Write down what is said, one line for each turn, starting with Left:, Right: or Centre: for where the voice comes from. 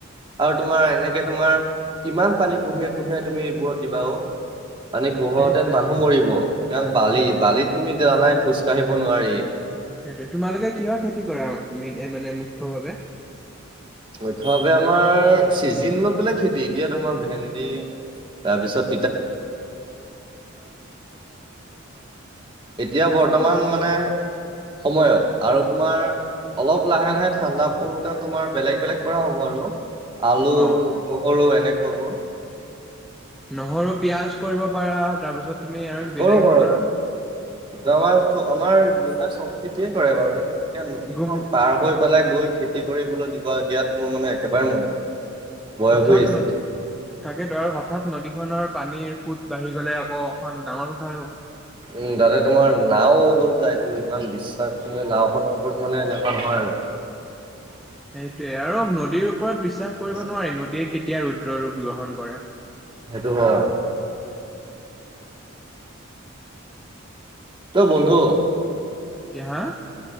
Right: আৰু তোমাৰ এনেকে তোমাৰ কিমান পানী কোঢ়িয়াই-কোঢ়িয়াই তুমি এইবোৰত দিবা অ'। মানে কোঢ়োয়াওঁতেন
Centre: সেইটোৱে
Right: মানুহ মৰিব। ইমান বালি।
Centre: সেইটোৱে
Right: বালিত তুমি জানাই খোজ কাঢ়িব নোৱাৰি।
Centre: সেইটোৱে। তোমালোকে কিহৰ খেতি কৰা মি মানে মুখ্য ভাৱে?
Right: লক্ষভাৱে আমাৰ চিজিন লৈ পেলাই খেতি। এতিয়া তোমাৰ ভেন্দি তাৰপিছত এতিয়া বৰ্তমান
Centre: অ অ
Right: মানে সময়ত। আৰু তোমাৰ অলপ লাহে-লাহে ঠাণ্ডা পৰোতে তোমাৰ বেলেগ বিলাক কৰা হ'ব আৰু আলু,
Centre: অ অ
Right: নহৰু এনেকুৱাবোৰ।
Centre: নহৰু, পিয়াজ কৰিব পাৰা। তাৰপিছত তুমি আৰু
Right: কৰোঁ
Centre: বেলেগ
Right: কৰোঁ।
Centre: ধৰণৰ
Right: আমাৰ আমাৰ দেউতাৰ চব খেতিয়ে কৰে বাৰু। কিন্তু এতিয়া নদীখন
Centre: গুম
Right: পাৰ হৈ পেলাই গৈ খেতি কৰিবলৈ দিব দিয়াত মোৰ মানে একেবাৰে মন নাই। বয়স
Centre: হঠাৎ
Right: হৈ আহিছেতো
Centre: নদ, তাকেতো। আৰু হঠাৎ নদীখনৰ পানীৰ সোঁত বাঢ়ি গ'লে। অ', এখন ডাঙৰ কথা হৈ যাব।
Right: উম, দাদাই তোমাৰ নাওঁ লৈ যায়তো, ইমান বিশ্বাস মানে নাওঁখনৰ ওপৰত মানে এনেকুৱা নহয়। <unintelligible>
Centre: সেইটোৱে। আৰু নদীৰ ওপৰত বিশ্বাস কৰিব
Right: উম
Centre: নোৱাৰি, নদীয়ে কেতিয়া ৰুদ্ৰ ৰূপ গ্ৰহণ কৰে।
Right: কোৱা। অ', বন্ধু।
Centre: কি? হা!